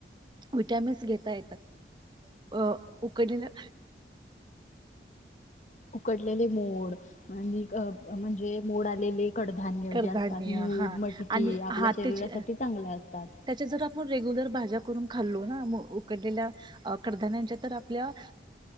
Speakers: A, on the right; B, on the left.
A: विटामिन्स घेता येतात अ उकडलेल्या
B: उकडलेले मोड आणिक अ ब म्हणजे मोड आलेले कडधान्य
A: कडधान्य
B: जे असतात मूग
A: हा
B: मटकी
A: आणि
B: आपल्या
A: हा
B: शरीरासाठी
A: त्याची
B: चांगले असतात
A: त्याची जर रेग्युलर भाज्या करून खाल्लो ना मग उकडलेल्या अ कडधान्याच्या तर आपल्या